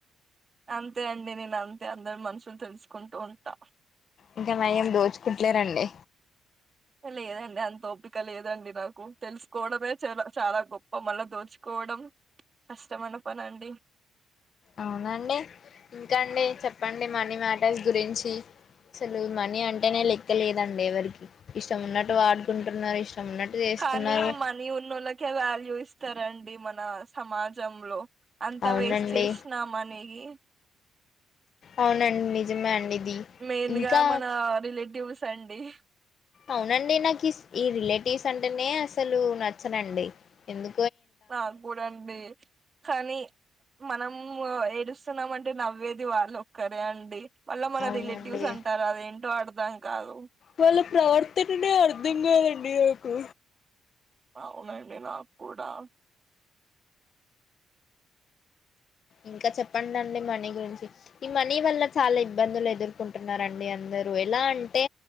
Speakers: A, on the right; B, on the left.
A: అంతే అండి నేను అంతే అందరు మనుషులు తెలుసుకుంటూ ఉంటా
B: ఇంకా నయం దోచుకుంటలేరండి
A: లేదండి అంత ఒపిక లేదండి నాకు తెలుసుకోవడమే చ చాలా గొప్ప మళ్ళా దోచుకో పోవడం కష్టం అయిన పని అండి
B: అవునండి ఇంకా అండి చెప్పండి మనీ మ్యాటర్స్ గురించి అసలు మనీ అంటేనే లెక్కలేదండి ఎవరికి ఇష్టం ఉన్నట్టు వాడుకుంటున్నారు ఉన్నట్టు చేస్తున్నారు
A: కానీ మనీ ఉన్నోళ్ళకే వాల్యూ ఇస్తారండి మన సమాజంలో అంతా
B: అవునండి
A: వేస్ట్ చేసినాం మనీగి
B: అవునండి నిజమే అండి ఇది
A: మెయిన్
B: ఇంకా
A: గా మన రిలేటివ్స్ అండి
B: అవునండి నాకు ఈ రిలేటివ్స్ అంటేనే అసలు నచ్చనండి ఎందు
A: నాకు కూడా అండి కానీ మనం ఏడుస్తున్నామ అంటే నవ్వేది వాళ్ళు ఒక్కరే అండి మళ్ళ మన
B: అవునండి
A: రిలేటివ్స్ అంటారు అదేంటో అర్థం కాదు
B: వాళ్ళ ప్రవర్తననే అర్థం కాదండి నాకు
A: అవునండి నాకు కూడా
B: ఇంకా చెప్పండి అండి మనీ గురించి ఈ మనీ వల్ల చాలా ఇబ్బందులు ఎదుర్కొంటున్నారండి అందరూ ఎలా అంటే